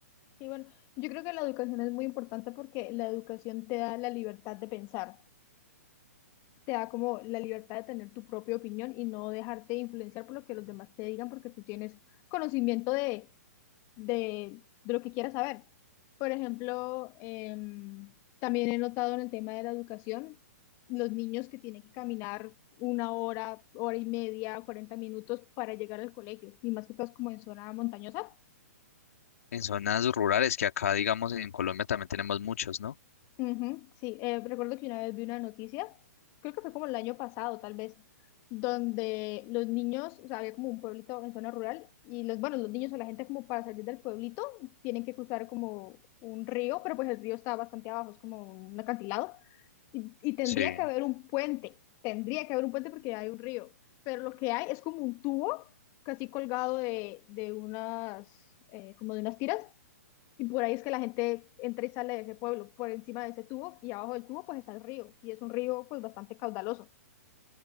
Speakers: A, on the left (about 35°); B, on the left (about 60°).
A: Sí, bueno, yo creo que la educación es muy importante porque la educación te da la libertad de pensar. te da como la libertad de tener tu propia opinión y no dejarte influenciar por lo que los demás te digan porque tú tienes conocimiento de, de, de lo que quieras saber. Por ejemplo, em, también he notado en el tema de la educación, los niños que tienen que caminar una hora, hora y media, 40 minutos para llegar al colegio, y más que todo es como en zona montañosa.
B: En zonas rurales que acá digamos en Colombia también tenemos muchos, ¿no?
A: Ujú, sí, eh, recuerdo que una vez vi una noticia, creo que fue como el año pasado, tal vez, donde los niños, o sea, había como un pueblito en zona rural y los, bueno, los niños o la gente como para salir del pueblito tienen que cruzar como un río, pero pues el río está bastante abajo, es como un acantilado y, y tendría
B: Sí.
A: que haber un puente, tendría que haber un puente porque hay un río, pero lo que hay es como un tubo casi colgado de, de unas, eh, como de unas tiras y por ahí es que la gente entra y sale de ese pueblo, por encima de ese tubo y abajo del tubo pues está el río y es un río pues bastante caudaloso.